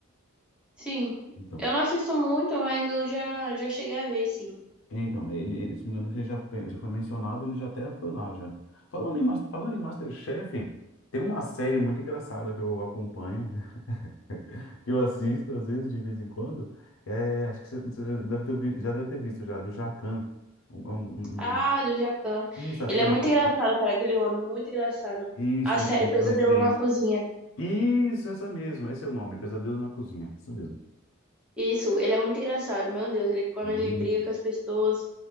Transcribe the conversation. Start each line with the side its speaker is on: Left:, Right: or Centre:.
Centre: Sim.
Left: Então.
Centre: Eu não assisto muito, mas eu já, já cheguei a ver, sim.
Left: É, Então, ele, ele, se não me engano, ele já, fe- já foi mencionado, ele já até foi lá já. Falando em, Mas- falando em MasterChef, tem uma série muito engraçada que eu acompanho, <laughs> que eu assisto às vezes, de vez em quando. É, acho que você, você já deve ter, vi- já deve ter visto já, do Jacan. Um- é um- um-
Centre: Ah, do Jacan.
Left: um, isso, acho
Centre: Ele
Left: que
Centre: é
Left: ele
Centre: muito
Left: é. fr-
Centre: engraçado, cara, aquele homem, muito engraçado.
Left: Isso,
Centre: A série
Left: um, um
Centre: Pesadelo
Left: francês.
Centre: na Cozinha.
Left: Isso, essa mesmo, esse é o nome, Pesadelo na Cozinha, isso mesmo.
Centre: Isso, ele é muito engraçado, meu Deus, ele quando
Left: Meu
Centre: ele briga com as pessoas,